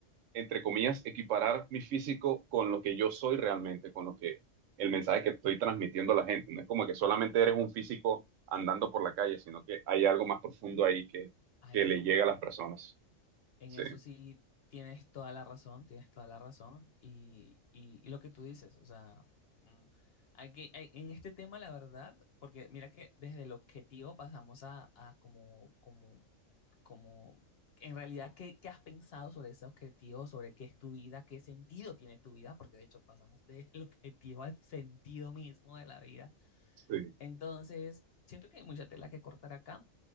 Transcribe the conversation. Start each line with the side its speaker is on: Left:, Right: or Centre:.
Right: entre comillas, equiparar mi físico con lo que yo soy realmente, con lo que el mensaje que estoy transmitiendo a la gente. No es como que solamente eres un físico andando por la calle, sino que hay algo más profundo ahí que,
Left: Hay
Right: que
Left: algo
Right: le llega
Left: más
Right: a
Left: profundo.
Right: las personas.
Left: En
Right: Sí,
Left: eso sí tienes toda la razón, tienes toda la razón. Y, y- y lo que tú dices, o sea, mm, hay que, hay- en este tema, la verdad, porque mira que desde el objetivo pasamos a, a como, como, como, en realidad, ¿qué, qué has pensado sobre ese objetivo, sobre qué es tu vida, qué sentido tiene tu vida? Porque de hecho pasamos del <laughs> objetivo al sentido mismo de la vida.
Right: sí.
Left: Entonces, siento que hay mucha tela que cortar acá,